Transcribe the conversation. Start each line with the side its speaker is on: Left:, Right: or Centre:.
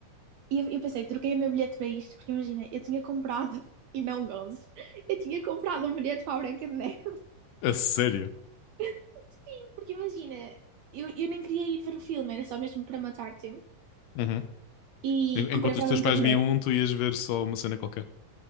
Right: E eu, eu pensei, troquei o meu bilhete para isto, porque imagina, eu tinha comprado, <laughs> e não gozes, eu tinha comprado um bilhete para a Branca de Neve.
Left: A sério?
Right: <laughs> Sim, porque imagina, eu, eu nem queria ir ver o filme, era só mesmo para matar tempo.
Left: Uhum.
Right: E
Left: En-
Right: comprei
Left: Enquanto
Right: para
Left: os teus
Right: a Branca
Left: pais
Right: de Neve,
Left: viam um, tu ias ver só uma cena qualquer.